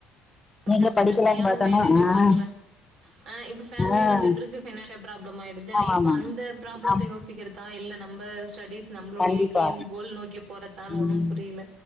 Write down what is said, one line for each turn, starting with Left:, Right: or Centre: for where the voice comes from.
Right: கொஞ்சோ
Left: நீங்க
Right: ஃபினா
Left: படிக்கலாம்னு
Right: அதயாவது
Left: பார்த்தானா
Right: மேனேஜ்
Left: ஆஹ்
Right: பண்ல இப்ப ஃபமிலின்
Left: ஆஹ்
Right: வந்த பிறகு பினன்ஷியல் ப்ராப்லம்மாய்டுதா இப்ப
Left: ஆமா ஆமா
Right: அந்த ப்ராப்ளத்த
Left: ஆமா
Right: யோசிக்கிற தா இல்ல நம்ம ஸ்டடிஸ் நம்மளுடைய
Left: கண்டிப்பா
Right: கேம் கோல் நோக்கி போறதான்
Left: உம்
Right: ஒண்ணு புரியல